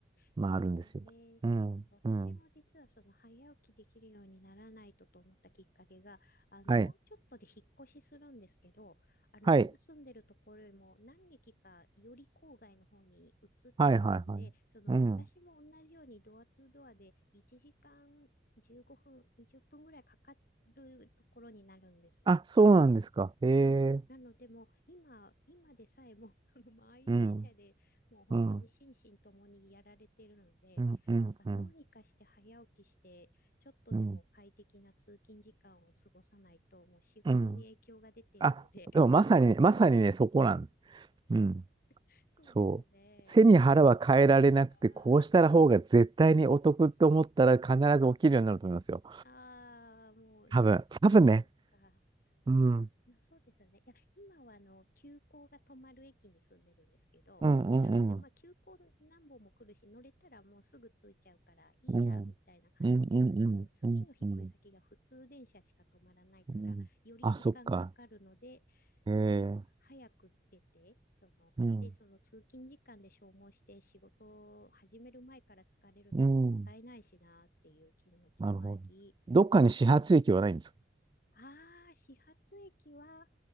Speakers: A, on the right (about 25°); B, on the left (about 55°).
A: まああるんですよ。
B: へえ、
A: うん、
B: 私も実はその早起きできるようにならないとと思ったきっかけが、
A: うん。
B: あの、
A: はい、
B: もうちょっとで引っ越しするんですけど、あの、
A: はい、
B: 今住んでるところよりも何駅かより郊外の方に移っちゃうんで、
A: はい、はい、はい。
B: その私も同じようにドアトゥドアで1時間15分、
A: うん。
B: 20分ぐらいかかるところになるんですよね。
A: あ、そうなんですか。へえ。
B: はいなのでもう今、今でさえもその満員電車でもう本当に心身ともにやられてるので、
A: うん、うん、うん、うん、
B: なんかどうにかして早起きして、
A: うん、
B: ちょっとでも快適な通勤時間を過ごさないと、
A: うん。
B: もう仕事に影響が出てるので、
A: うんあ、でもまさにね、まさにね、そこなんうん、
B: <laughs> そうですね。
A: そう。背に腹は変えられなくて、
B: あ
A: こうしたら方が絶対にお得って思ったら必ず起きるようになると思いますよ。
B: ー、うんあー、もうそ
A: 多分、多分ね。
B: うか。
A: うん、
B: まあ、い、
A: うん、
B: そうですよね。いや、今はあの、急行が止まる駅に住んでるんですけど、
A: うん、
B: なので、
A: うん、
B: まあ、急行何本も来るし、乗れたらもうすぐ着いちゃうから、いいや、
A: うん、うん、
B: みたいな感じではあるんですよ。
A: うん、うん、
B: 次の引っ越し先が普通電車しか止まらないから、
A: うん、うん。うんあ、
B: より時間かかるので、
A: そっか。
B: その、
A: ええ、
B: 早く出て、その、
A: うん、
B: で、その通勤時間で消耗して仕事を始める前から疲れるのももったいないしなっていう気持ちもあり、
A: うん、なるほど。どっかに始発駅はないんですか
B: ああ、始発駅は、